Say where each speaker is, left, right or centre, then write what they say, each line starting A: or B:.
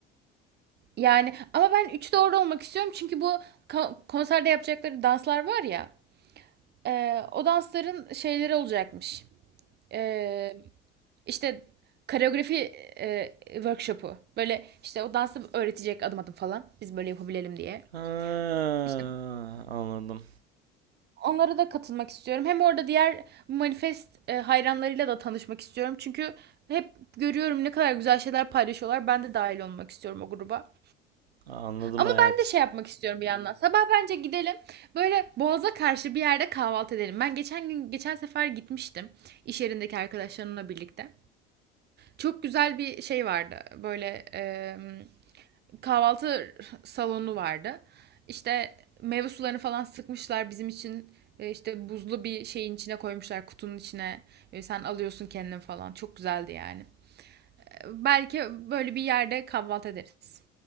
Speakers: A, on the right; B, on the right.
A: Yani ama ben 3 doğru olmak istiyorum çünkü bu konserde yapacakları danslar var ya e, o dansların şeyleri olacakmış. E, işte koreografi e, workshopu böyle işte o dansı öğretecek adım adım falan biz böyle yapabilelim diye.
B: Ha,
A: İşte
B: anladım.
A: onlara da katılmak istiyorum. Hem orada diğer manifest e, hayranlarıyla da tanışmak istiyorum. Çünkü hep görüyorum ne kadar güzel şeyler paylaşıyorlar. Ben de dahil olmak istiyorum o gruba.
B: Anladım
A: Ama
B: hayatım.
A: ben de şey yapmak istiyorum bir yandan. Sabah bence gidelim. Böyle Boğaz'a karşı bir yerde kahvaltı edelim. Ben geçen gün geçen sefer gitmiştim iş yerindeki arkadaşlarımla birlikte. Çok güzel bir şey vardı. Böyle e, kahvaltı salonu vardı. İşte meyve sularını falan sıkmışlar bizim için. E, işte buzlu bir şeyin içine koymuşlar kutunun içine. E, sen alıyorsun kendin falan. Çok güzeldi yani. E, belki böyle bir yerde kahvaltı ederiz.